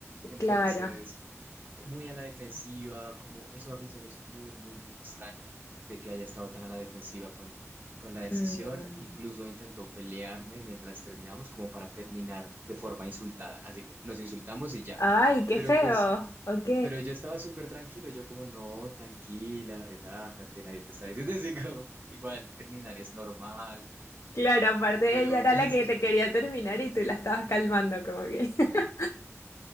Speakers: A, on the right (about 40°); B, on the left (about 70°).
A: Entonces
B: claro.
A: eh, muy a la defensiva, como eso a mí se me hizo muy, muy, muy extraño, de que haya estado tan a la defensiva con, con la decisión.
B: Mm.
A: Incluso intentó pelearme mientras terminamos, como para terminar de forma insultada, así como nos insultamos y ya.
B: Ay, qué
A: Pero
B: feo.
A: pues,
B: Ok.
A: pero yo estaba súper tranquilo, yo como, no, tranquila, relájate, nadie te está diciendo <laughs> así como, igual terminar es normal,
B: Claro, aparte
A: pero
B: ella era
A: <laughs>
B: la que te quería terminar y tú la estabas
A: sí.
B: calmando, como que. <laughs>